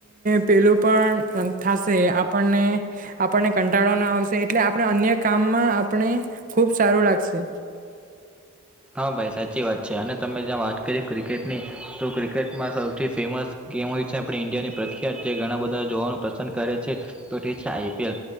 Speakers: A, on the right; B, in the centre.
A: પેલું પણ થશે આ આપણને આપણને કંટાળો ન આવશે એટલે આપણે અન્ય કામમાં આપણે ખૂબ સારું લાગ છે.
B: હા ભાઈ સાચી વાત છે, અને તમે જ્યાં વાત કરી ક્રિકેટની તો ક્રિકેટમાં સૌથી ફેમસ ગેમ હોય છે આપણે ઇન્ડિયાની પ્રખ્યાત જે ઘણા બધા જોવાનું પસંદ કરે છે, તો તે છે આઈ પી એલ.